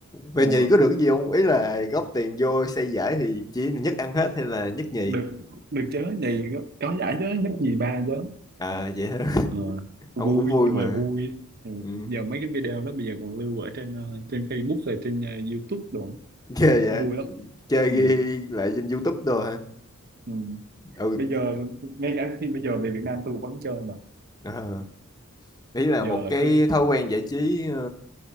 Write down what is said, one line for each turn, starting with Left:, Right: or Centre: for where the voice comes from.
Left: Về
Right: thua
Left: nhì có được cái gì không? Ý là góp tiền vô xây giải thì chỉ nhất ăn hết hay là nhất nhì?
Right: được được chớ nhì có, có giải chớ nhất nhì ba chớ
Left: À vậy hả? <laughs>
Right: Ờ, vui
Left: Ông cũng vui
Right: nhưng
Left: mà.
Right: mà vui ừ.
Left: Ừ.
Right: giờ mấy cái video đó bây giờ còn lưu ở trên ờ, trên Facebook rồi trên ờ, YouTube đồ ấy.
Left: <laughs> Ghê vậy.
Right: vui lắm
Left: Chơi
Right: ừ.
Left: ghi lại trên YouTube đồ hả?
Right: Ừ.
Left: Ừ.
Right: bây giờ ngay cả khi bây giờ về Việt Nam tôi cũng vẫn chơi mà
Left: Ờ. Ý là
Right: giờ
Left: một
Right: là
Left: cái
Right: cứ
Left: thói quen giải trí ờ,